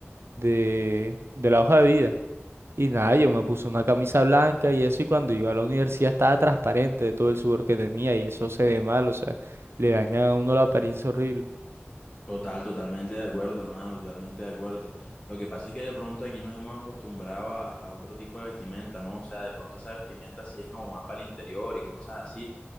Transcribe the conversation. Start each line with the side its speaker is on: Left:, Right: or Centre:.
Right: de, de la hoja de vida. Y nada, yo me puse una camisa blanca y eso, y cuando iba a la universidad estaba transparente de todo el sudor que tenía, y eso se ve mal, o sea, le daña a uno la apariencia horrible.
Left: Total, totalmente de acuerdo, hermano, totalmente de acuerdo. Lo que pasa es que de pronto aquí nos hemos acostumbrado a, a otro tipo de vestimenta, ¿no? O sea, de pronto esa vestimenta sí es como más para el interior y cosas así,